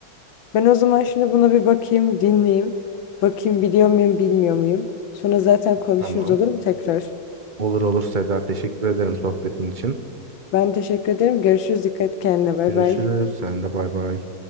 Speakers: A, on the left; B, on the right.
A: Ben o zaman şimdi buna bir bakayım, dinleyeyim. Bakayım biliyor muyum, bilmiyor muyum? Sonra zaten konuşuruz
B: Tamam.
A: olur mu tekrar?
B: Olur olur Seda. Teşekkür ederim sohbetin için.
A: Ben teşekkür ederim. Görüşürüz. Dikkat et kendine. Bay
B: Görüşürüz.
A: bay.
B: Sen de bay bay.